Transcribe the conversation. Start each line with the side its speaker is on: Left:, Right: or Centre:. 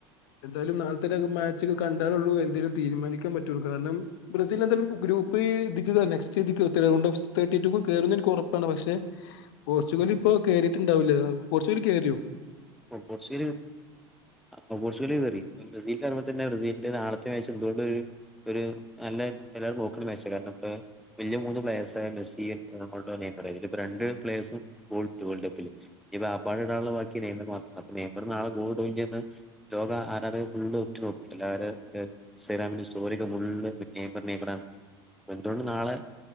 Left: എന്തായാലും നാളത്തെ മാച്ച് കണ്ടാലുള്ളൂ എന്തെലും തീരുമാനിക്കാ പറ്റുള്ളൂ കാരണം ബ്രസീൽ എന്തായാലും ഗ്രൂപ്പ്‌ ഇതിക്ക് നെക്സ്റ്റ് ഇതിക്ക് <unintelligible> തേർട്ടിറ്റുക്ക്‌ കേറുന്നിൻക്ക്‌ ഒറപ്പാണ് പക്ഷെ പോർച്ചുഗൽ ലിപ്പൊ കേറിയിട്ടുണ്ടാവില്ലേ പോർച്ചുഗൽ കേറിയോ
Centre: ആ പോർച്ചുഗൽ ആ പോർച്ചുഗൽ കേറി ബ്രസിൽ അങ്ങനെ തന്നെ ബ്രസീൽന്റെ നാളെ <unintelligible> എന്തൊണ്ട ഒരു നല്ല എല്ലാവരും നോക്കണ മാച്ച കാരണം ഇപ്പ വലിയ മൂന്ന് പ്ലയെർസ് <unintelligible> ബ്രസീൽ <unintelligible> അതി ലപ്പം രണ്ട് പ്ലയേഴ്‌സും <unintelligible> വേൾഡ് കപ്പില് ഈ നാപ്പെണ്ണം ഇടാള്ള ബാക്കി <unintelligible> <unintelligible> ലോക ആരാധകര് ഫുള്ള് ഉറ്റ് നോക്കു <unintelligible> <unintelligible> എന്തുകൊണ്ട് നാളെ